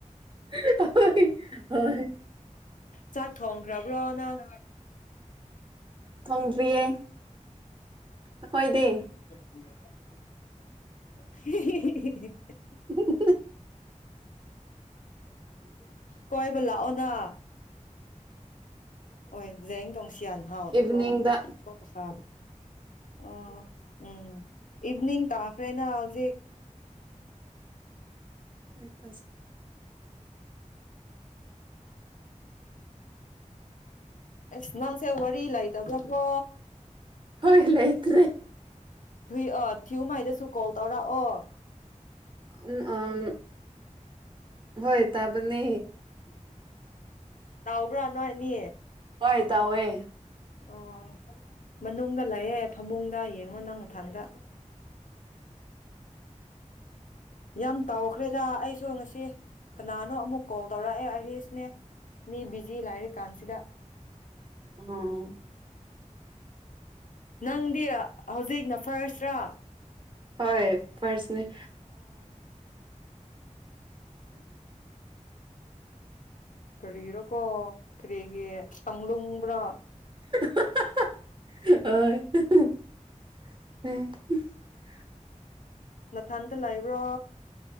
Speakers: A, on the right; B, on the left.
A: ꯍ ꯍ
B: ꯆꯥꯛ ꯊꯣꯡꯈ꯭ꯔꯕ꯭ꯔꯣ ꯅꯪ
A: ꯊꯣꯡꯗꯔꯤꯌꯦ ꯑꯩꯈꯣꯏꯗꯤ
B: ꯄꯨꯗ ꯂꯥꯛꯦ <unintelligible>
A: <unintelligible>
B: ꯀꯣꯏꯕꯂ ꯑꯣꯅꯥ ꯍꯣꯏ ꯖꯦꯡ ꯇꯣꯡꯁꯤꯌꯥꯟ ꯍꯥꯎꯗꯂꯣꯁꯥ
A: ꯏꯚꯤꯅꯤꯡꯗ
B: ꯑ ꯎꯝ ꯏꯚꯅꯤꯡ ꯇꯈꯔꯦꯅ ꯍꯧꯖꯤ
A: ꯑꯩ ꯇꯖ
B: ꯑꯦꯁ ꯅꯪꯁꯦ ꯋꯥꯔꯤ ꯂꯩꯇꯕ꯭ꯔꯥ ꯀꯣ
A: ꯍꯣꯏ ꯂꯥꯏꯇꯦ
B: ꯊꯨꯏ ꯊꯤꯌꯨꯃꯥꯏꯗꯁꯨ ꯀꯣꯜ ꯇꯧꯔꯛꯑꯣ
A: ꯎ ꯑꯝ ꯍꯣꯏ ꯇꯕ ꯅ
B: ꯇꯥꯎꯕ꯭ꯔꯥ ꯅꯣꯏꯅꯤꯌꯦ
A: ꯍꯣꯏ ꯇ ꯍꯦ
B: ꯑꯣ ꯃꯅꯨꯡꯗ ꯂꯩꯌꯦꯦ ꯐꯃꯨꯡꯗ ꯌꯦꯡꯉꯣ ꯅꯪ ꯃꯊꯥꯟꯗ ꯌꯥꯝ ꯇꯥꯎꯈ꯭ꯔꯦꯗ ꯑꯩꯁꯨ ꯉꯁꯤ ꯀꯅꯥꯅꯣ ꯑꯃꯨꯛ ꯀꯣꯜ ꯇꯧꯔꯛꯑꯦ ꯑꯔꯤꯁꯅꯦ ꯃꯤ ꯕꯤꯖꯤ ꯂꯥꯏꯔꯤ ꯀꯥꯟꯁꯤꯗ
A: ꯑꯝ
B: ꯅꯪꯗꯤ ꯍꯧꯖꯤꯛꯅ ꯐꯔꯁ꯭ꯔꯥ
A: ꯍꯣꯏ ꯄꯔꯁꯅꯦꯂꯤ
B: ꯇ ꯍꯔꯣ ꯀꯣ ꯀꯔꯤꯒꯤ ꯇꯂꯨꯡꯕ꯭ꯔꯥ
A: ꯍ ꯎ
B: ꯅꯊꯟꯇ ꯂꯩꯕ꯭ꯔꯣ꯫